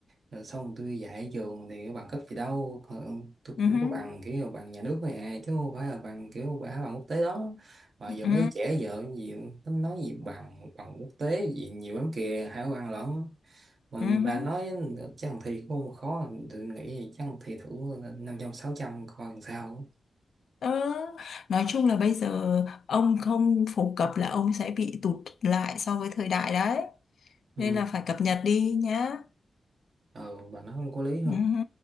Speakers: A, on the right; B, on the left.
A: rồi xong tôi dạy ở trường thì bằng cấp gì đâu Ờ, tôi
B: Ừ. Ừ.
A: cũng có bằng kiểu bằng nhà nước thôi à chứ không phải là bằng kiểu bả bằng quốc tế đó mà
B: Ừ.
A: giờ mấy đứa trẻ giờ gì tính nói gì bằng bằng quốc tế gì nhiều lắm kìa hai cái bằng lẫn mình
B: Ừ. ừ.
A: bà nói chắc thằng thi cũng không khó tôi nghĩ chắc thằng thi thử năm trăm sáu trăm coi làm sao
B: Ờ, nói chung là bây giờ ông không phổ cập là ông sẽ bị tụt lại so với thời đại đấy.
A: ừ.
B: Nên là phải cập nhật đi nhá.
A: ờ bà nói không có lý
B: Ừ,
A: thôi
B: hứ,